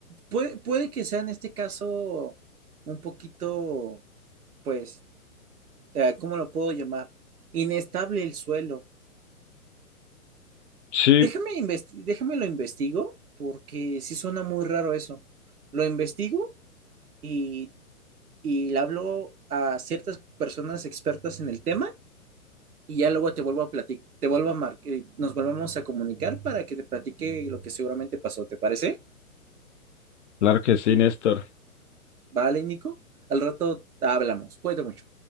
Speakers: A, on the right; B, on the left.
A: puede, puede que sea en este caso un poquito, pues sea, ¿cómo lo puedo llamar? Inestable el suelo.
B: sí,
A: Déjame investi- déjame lo investigo, porque sí suena muy raro eso. Lo investigo y, y le hablo a ciertas personas expertas en el tema y ya luego te vuelvo a platicar, te vuelvo a mar- eh, nos volvemos a comunicar para que te platique lo que seguramente pasó. ¿Te parece?
B: claro que sí, Néstor.
A: Vale, Nico. Al rato hablamos. Cuídate mucho.